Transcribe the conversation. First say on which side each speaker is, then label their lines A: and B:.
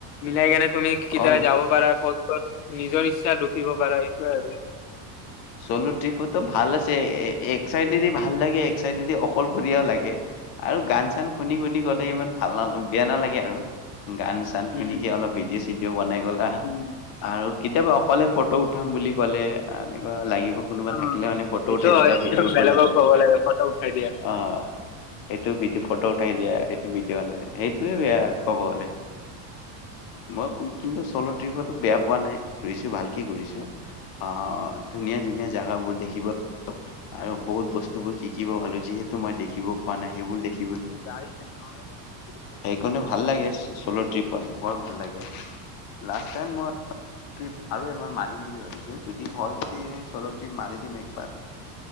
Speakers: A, on the left; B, on the left.
A: মিলাই কেনে তুমি কেতিয়াবা
B: অ
A: যাব পাৰা ক'ত ক'ত নিজৰ ইছ ছাত ৰখিব পৰা এইটোয়ে আৰু।
B: চলো ট্ৰিপতো ভাল আছে, এ-এক চাইডেদি ভাল লাগে এক চাইডেদি অকলশৰীয়াও লাগে। আৰু গান চান শুনি শুনি গ'লে ইমান ভাল না, বেয়া নালাগে আৰু গান চা টান
A: উম
B: খুনিকে অলপ ভিডিঅ' চিডিঅ' বনাই গ'লা।
A: উম,
B: আৰু কেতিয়াবা অকলে ফটো উঠাম বুলি ক'লে আ লাগিব কোনোবা
A: অ,
B: থাকিলে মানে ফটো
A: এইটো
B: উঠাই দিলে,
A: হয়
B: ভিডিঅ'
A: বেলেগক
B: বনাই নিদিলে
A: ক'ব লাগে ফটো উঠাই দিয়া
B: অ'। সেইটো ভি ফটো উঠাই দিয়া তা এইটো বিডিঅ' বনালে, সেইটোয়ে বেয়া ক'ব গ'লে, মই কিন্তু চলত ট্ৰিপতো বেয়া পোৱা নাই, ঘূৰিছোঁ ভালকে ঘূৰিছোঁ, আহ ধুনীয়া ধুনীয়া জাগাবোৰ দেখিব আৰু বহুত বস্তুবোৰ শিকিব পালোঁ যিহেতু মই দেখিব পোৱা নাই সেইবোৰ দেখি
A: উ, গাড়ী <unintelligible>
B: কনে ভাল লাগে চ'ল' ট্ৰিপত, বৰ ভাল লাগে। লাষ্ট টাইম মই ট্ৰিপত আৰু এবাৰ মাৰিম বুলি ভাবিছোঁ যদি হয় যদি চ'ল' ট্ৰিপত মাৰি দিম একবাৰ